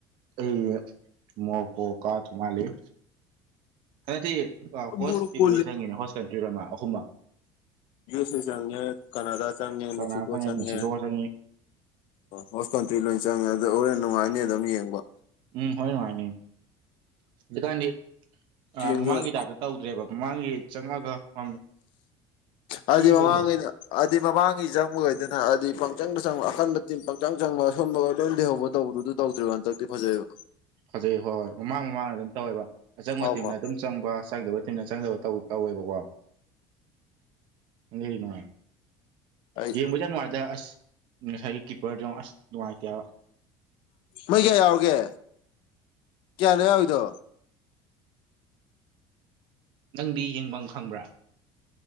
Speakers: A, on the right (about 50°); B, on the left (about 55°).
A: ꯑꯩ ꯃꯀꯥ ꯊ ꯃꯥꯜꯂꯤꯦ ꯍꯗꯤ ꯍꯣꯁ
B: ꯃꯣꯔꯣꯀꯣ
A: ꯇꯔꯤꯞ ꯂꯣꯏ ꯆꯪꯉꯤꯅꯦ ꯍꯣꯁ ꯀꯟꯇ꯭ꯔꯤ ꯑꯃ ꯑꯍꯨꯝ ꯑꯃ
B: ꯁ ꯆꯪꯦ ꯀꯅꯥꯗꯥ ꯆꯪꯉꯦ
A: ꯀꯅꯥ
B: ꯃꯦꯛꯁꯤꯀꯣ
A: ꯆꯪꯉꯤ
B: ꯆꯪꯉꯦ
A: ꯃꯦꯛꯁꯤꯀꯣ ꯆꯪꯉꯤ
B: ꯍꯣꯁ ꯀꯟꯇ꯭ꯔꯤ ꯂꯣꯏꯅ ꯆꯪꯉꯦ ꯑꯗꯨ ꯍꯣꯔꯦꯟ ꯅꯨꯡꯉꯥꯏꯅꯤ ꯑꯗꯨꯝ ꯌꯦꯡꯕ
A: ꯎꯝ ꯍꯣꯏ ꯅꯨꯡꯉꯥꯏꯅꯤ ꯍꯧꯖꯤꯛꯀꯥꯟꯗꯤ ꯑ
B: ꯌꯦꯡꯗꯣꯏꯅꯦ
A: ꯃꯃꯥꯡꯒꯤ ꯇꯥꯏꯞꯇ ꯇꯧꯗ꯭ꯔꯦꯕ ꯃꯃꯥꯡꯒꯤ ꯆꯪꯉꯒ ꯃꯝꯗ ꯊꯤꯕꯗꯣ
B: ꯍꯥꯏꯗꯤ ꯃꯃꯥꯡꯉꯩꯅ ꯍꯥꯏꯗꯤ ꯃꯃꯥꯡꯉꯩ ꯆꯪꯕꯈꯩꯗꯅ ꯑꯗꯨꯗꯤ ꯄꯪꯆꯪꯗ ꯆꯪꯕ ꯑꯀꯟꯕ ꯇꯤꯟ ꯄꯪꯆꯪ ꯆꯪꯕꯒ ꯁꯣꯟꯝꯕꯒ ꯂꯣꯏ ꯂꯩꯍꯧꯕ ꯇꯧꯕꯗꯨꯗ ꯇꯧꯗ꯭ꯔꯤꯕꯣ ꯍꯟꯗꯛꯇꯤ ꯐꯖꯩꯌꯦꯕ
A: ꯐꯖꯩ ꯍꯣꯏ ꯍꯣꯏ ꯃꯃꯥꯡ ꯃꯃꯥꯡꯗ ꯑꯗꯨꯝ ꯇꯧꯋꯦꯕ ꯑꯆꯪꯕ
B: ꯍꯥꯎꯃ
A: ꯇꯤꯝꯅ ꯑꯗꯨꯝ ꯆꯪꯕ ꯆꯪꯗꯕ ꯇꯤꯝꯅ ꯆꯪꯗꯕ ꯇꯧꯋꯦꯕꯀꯣ ꯅꯨꯡꯉꯥꯏ
B: ꯑꯩ
A: ꯌꯦꯡꯕꯁꯨꯦ ꯌꯥꯝ ꯅꯨꯡꯉꯥꯏꯇ ꯑꯁ ꯉꯁꯥꯏꯒꯤ ꯀꯤꯞꯄꯔꯗꯣ ꯑꯁ ꯅꯨꯡꯉꯥꯏꯇꯦꯕ
B: ꯃꯣꯏ ꯀꯌꯥ ꯌꯥꯎꯔꯤꯒꯦ ꯀꯌꯥꯅꯣ ꯌꯥꯎꯔꯤꯗꯣ
A: ꯅꯪꯗꯤ ꯌꯦꯡꯐꯝ ꯈꯪꯕ꯭ꯔꯥ